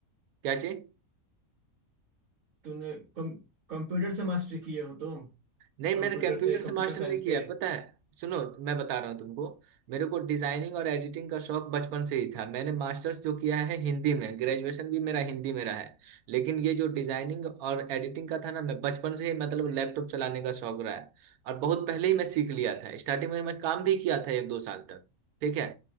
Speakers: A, on the right; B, on the right.
A: क्या चाहिए
B: तूने कम कंप्यूटर से मास्टरी किए हो तुम
A: नहीं
B: कंप्यूटर
A: मैंने कंप्यूटर
B: से
A: से
B: कंप्यूटर
A: मास्टर
B: साइंस
A: नहीं किया
B: से
A: है, पता है सुनो मैं बता रहा हूँ तुमको मेरे को डिजाइनिंग और एडिटिंग का शौक बचपन से ही था मैंने मास्टर्स जो किया है हिंदी में ग्रेजुएशन भी मेरा हिंदी में रहा है लेकिन ये जो डिजाइनिंग और एडिटिंग का था ना मैं बचपन से ही मतलब लैपटॉप चलाने का शौक रहा है और बहुत पहले ही मैं सीख लिया था स्टार्टिंग में मैं काम भी किया था एक दो साल तक ठीक है